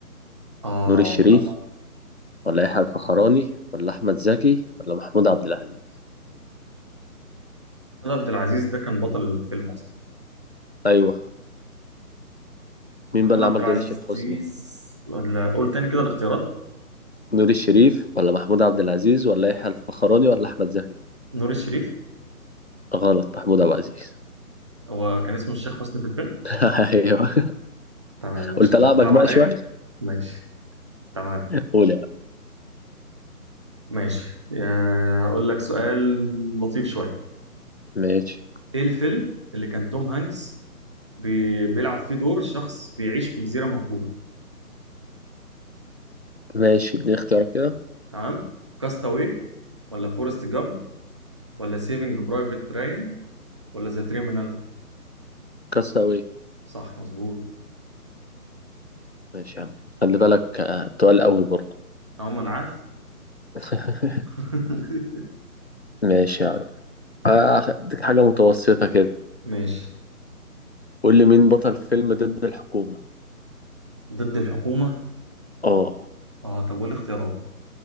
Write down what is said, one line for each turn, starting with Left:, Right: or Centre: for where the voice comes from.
Right: اه
Left: نور الشريف
Right: انا ما
Left: ولا يحيى الفخراني ولا احمد زكي ولا محمود عبد العزيز
Right: محمود عبد العزيز ده كان بطل الفيلم اصلا
Left: ايوه مين
Right: محمود
Left: بقى اللي
Right: عبد
Left: عمل
Right: العزيز
Left: دور الشيخ حسني
Right: ولا قول تاني كده الاختيارات
Left: نور الشريف ولا محمود عبد العزيز ولا يحيى الفخراني ولا احمد زكي
Right: نور الشريف
Left: غلط محمود عبد العزيز
Right: هو كان اسمه الشيخ حسني في الفيلم
Left: <laughs> ايوه
Right: تمام ماشي
Left: قلت العبك
Right: انت بتلعب
Left: بقى
Right: عليا
Left: شويه
Right: ماشي تمام
Left: قول يا عم
Right: ماشي يا- اقول لك سؤال لطيف شويه
Left: ماشي
Right: ايه الفيلم اللي كان توم هانكس بي... بيلعب فيه دور شخص بيعيش في جزيره مهجوره
Left: ماشي اديني اختيارك كده
Right: تمام كاستاوي ولا فورست جامب ولا سيفنج برايفت رايان ولا ذا تريمينال
Left: كاستاوي
Right: صح مظبوط
Left: ماشي يا عم خلي بالك آه، تقال قوي برضه
Right: عموما عارف
Left: <laughs>
Right: <laughs>
Left: ماشي يا عم آه، هديك حاجه متوسطه كده
Right: ماشي
Left: قول لي مين بطل فيلم ضد الحكومه
Right: ضد الحكومة
Left: اه
Right: اه طب والاختيارات